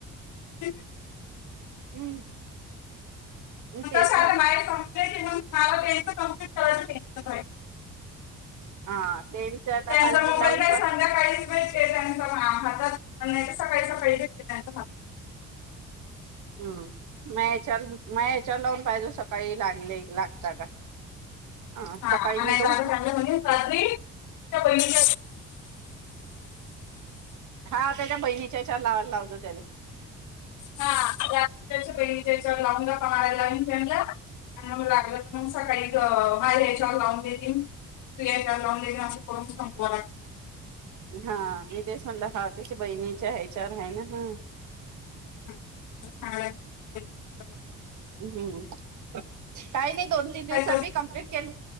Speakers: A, on the left; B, on the right.
A: <inaudible>
B: हम्म. ह् तेसना
A: कसं आता बाहेर कंप्लेंट आहे म्हणून मला तेच कम्प्लीट करायचं
B: हा त्यांच आता
A: त्यांचा
B: कालगी
A: मोबाईल
B: लावून
A: का
B: पण
A: संध्याकाळीच भेटते हातात सकाळी सकाळी घेतते त्यांचा हात
B: हम्म म चल म ह्याच्यावर लावून पाहिजे सकाळी लागले लागता का ह
A: हा
B: सकाळी
A: आणि
B: मी तर
A: चांगलं
B: उठून
A: म्हण रात्री पैसे
B: हा त्याच्या बहिणीच्या चार लावायला लावत त्याने
A: हाच्या पहिलीच्या लावून ला समारायला म फला आणि लागलं मग सकाळी बाहेर यायच्या लावून देतीलन तू यायच्या लावून देन असं करून संपवाला
B: हा मी तेस म्हणलं हा त्याच्या बहिणीच्या ह्या चार आहे ना ह
A: ह ह
B: हम्म कायले दोन तीन दिवसानि
A: काय करू?
B: कंप्लीट के